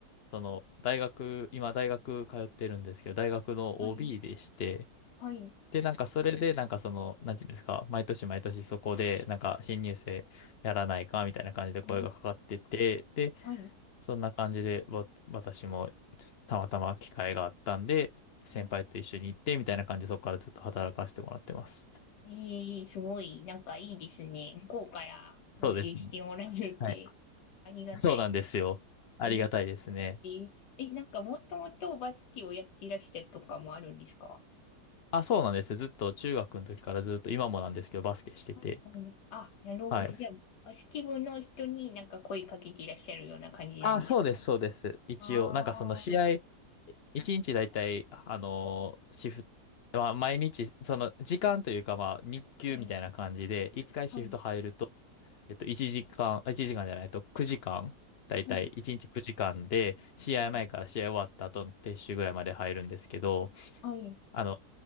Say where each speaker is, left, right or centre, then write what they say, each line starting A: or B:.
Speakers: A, on the left (about 55°); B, on the left (about 85°).
A: その、大学、今大学通ってるんですけど、大学の
B: はい、
A: OB でして、
B: はい、
A: で、なんかそれで、なんかその、なんていうんですか、毎年毎年そこで、なんか新入生やらないか、みたいな感じで声がかかってて、
B: うん、
A: で、
B: はい。
A: そんな感じで、わ私もたまたま機会があったんで、先輩と一緒に行って、
B: うん
A: みたいな感じで、そこからずっと働かせてもらってます。
B: ええすごい、なんかいいですね。向こうから募集してもらえるって、
A: そうですね。はい。
B: <laughs> ありがたい。
A: そうなんですよ。ありがたいですね。
B: えええ、なんかもともとバスケをやっていらしたとかもあるんですか
A: あ、そうなんですよ。ずっと中学の時からずっと、
B: あ、
A: 今もなんですけど、バスケしてて。
B: はいはい。あ、なるほど。
A: はい。
B: じゃあ、バスケ部の人になんか声かけていらっしゃるような感じなんです
A: あ、そうです、そうです。一応、
B: かああー、
A: なんかその試合、一日だいたい、あのーシフト、まあ、毎日、その時間というか、まあ、日給みたいな感じで、
B: はい、
A: 一回シフト入ると、
B: はい、
A: えっと、1時間、あ1時間じゃないと9時間、だいたい1日9時間で、
B: はい、
A: 試合前から試合終わった後の撤収ぐらいまで入るんですけど、
B: はい、はい。
A: あの